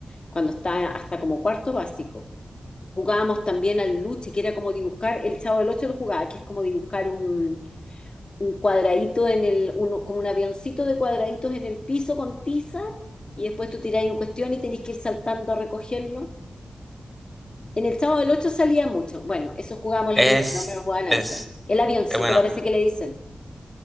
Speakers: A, on the left (about 40°); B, in the centre.
A: cuando estaba hasta como cuarto básico. Jugábamos también al luche, que era como dibujar, el Chavo del Ocho lo jugaba, que es como dibujar un, un cuadradito en el, uno- como un avioncito de cuadraditos en el piso con tiza y después tú tiráis un cuestión y tenéis que ir saltando a recogerlo. En el Chavo del Ocho salía mucho. Bueno, eso jugábamos
B: Es,
A: las niñas, no me lo jugaban a
B: es,
A: eso. El avioncito
B: eh, bueno,
A: parece que le dicen.